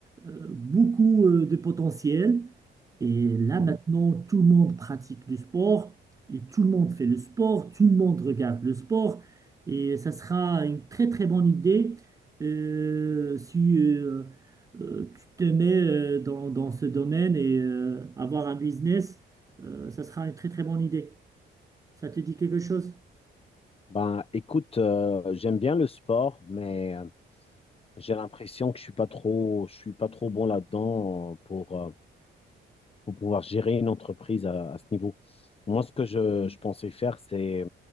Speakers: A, on the right; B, on the left.
A: euh, beaucoup euh, de potentiel. Et là,
B: Mhm.
A: maintenant, tout le monde pratique du sport. Et tout le monde fait le sport, tout le monde regarde le sport, et ça sera une très très bonne idée euh, si euh, euh, tu te mets euh, dans, dans ce domaine et euh, avoir un business, euh, ça sera une très très bonne idée. Ça te dit quelque chose?
B: Ben, écoute, euh, j'aime bien le sport, mais euh, j'ai l'impression que je suis pas trop, je suis pas trop bon là-dedans euh, pour, euh, pour pouvoir gérer une entreprise à, à ce niveau. Moi, ce que je, je pensais faire, c'est,